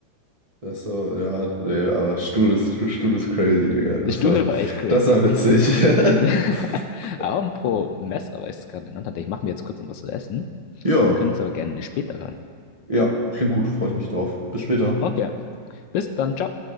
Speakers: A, on the right; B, on the left.
A: Ach so, ja, nee, aber Stuhl ist, Stuhl ist crazy, Digga. Das
B: Der Stuhl
A: war,
B: war echt crazy.
A: das war witzig.
B: <laughs>
A: <laughs>
B: Aber pro Mess, aber ich es gerade genannt hatte, ich mache mir jetzt kurz noch was zu essen.
A: Ja,
B: Wir können es aber gerne später hören.
A: ja, klingt gut, freue ich mich drauf. Bis später.
B: Okay, bis dann, ciao.